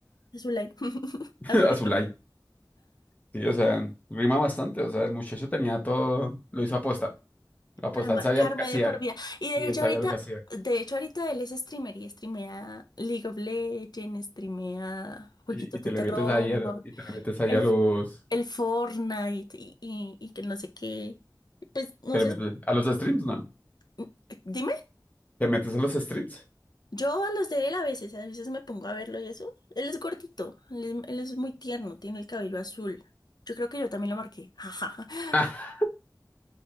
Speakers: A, on the left (about 60°); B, on the left (about 20°).
A: Azulay. <laughs>
B: <laughs>
A: Azulejo.
B: Azulay. Sí, o sea, rima bastante, o sea, el muchacho tenía todo, lo hizo aposta. La aposta,
A: para marcarme
B: él sabía lo que hacía,
A: de por vida. Y de
B: y
A: hecho
B: él sabía
A: ahorita,
B: lo que hacía.
A: de hecho ahorita él es streamer y streamea League of Legends, streamea jueguitos
B: Y, y
A: de
B: te
A: terror,
B: le metes ahí a, y te le metes ahí
A: el,
B: a los,
A: el Fortnite y, y, y que no sé qué. Pues no
B: te le
A: sé,
B: metes a los streams, ¿no?
A: mm, dime,
B: ¿Te metes a los streams?
A: yo a los de él a veces, a veces me pongo a verlo y eso. Él es gordito, él es, él es muy tierno, tiene el cabello azul. Yo creo que yo también lo marqué. <laughs>
B: <laughs>